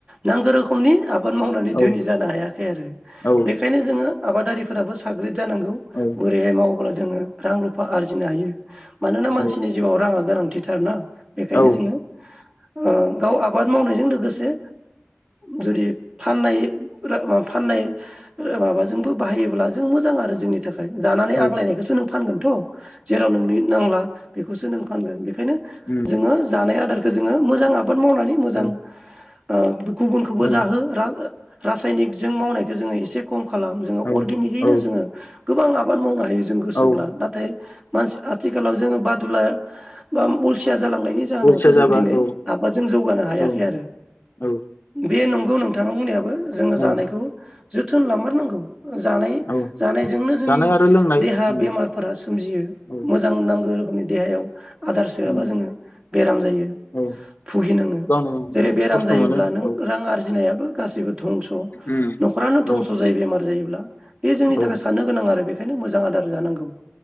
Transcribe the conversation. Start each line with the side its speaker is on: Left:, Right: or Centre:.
Right: नांगो रोखोमनि आबाद मावनानै
Left: औ
Right: धोनि जानो हायाखै आरो
Left: औ
Right: बेखायनो जोङो आबादारिफोराबो साग्रिद जानांगौ
Left: औ
Right: बोरैहाय मावोब्ला जोङो रां रुफा आरजिनो हायो मानोना मानसिनि
Left: औ
Right: जिउआव राङा गोनांथिथारना बेखायनो
Left: औ
Right: जोङो ओ गाव आबाद मावनायजों लोगोसे जुदि फाननाय <unintelligible> फाननाय माबा जोंबो बाहायोब्ला जों मोजां आरो जोंनि जानानै
Left: औ
Right: आग्लायनायखौसो
Left: औ
Right: नों फानगोनथ' जेराव नोंनि नांला बेखौसो नों फानगोन बेखायनो
Left: उम
Right: जोंङो जानाया जोंङो मोजां आबाद मावनानै मोजां
Left: औ
Right: आ गुबुनखौबो
Left: औ
Right: जाहो रान रासायनिकजों मावनायखौ जोङो एसे खम खालाम जोङो
Left: औ
Right: अर्गेनिकयैनो
Left: औ
Right: जोङो गोबां आबाद मावनो हायो। जों गोसोब्ला
Left: औ
Right: नाथाय मानसि आथिखालाव जो बादुला बा अलसिया जालांनायनि जाहोनावो
Left: अलसिया
Right: जों
Left: जाबा
Right: दिनै
Left: औ
Right: आबादजों जौगानो हायाखै
Left: औ
Right: आरो
Left: औ
Right: बे नंगौ नोंथाङा बुंनायाबो जोङो
Left: औ
Right: जानायखौ जोथोन लामारांगौ जानाय
Left: औ
Right: जानाय <unintelligible> जोंनि
Left: जानाय आरो लोंनाय
Right: देहा
Left: उम
Right: बेमारफोरा सोमजियो
Left: औ
Right: मोजां नांगो रोखोमनि देहायाव आदार सोआबा
Left: उम
Right: जोङो बेराम जायो।
Left: औ
Right: भुगि नाङो
Left: गावनो
Right: जेरै
Left: औ
Right: बेराम
Left: खस्थ'
Right: जायोब्ला
Left: मोनो
Right: नों
Left: औ
Right: रां आर्जिनायाबो जेबो धंस'
Left: उम
Right: न'खरानो
Left: औ
Right: धंस' जायो बेमार जायोब्ला। बे जोंनि
Left: औ
Right: थाखाय नो गोनां आरो बेखायनो मोजां आदार दार जानांगौ।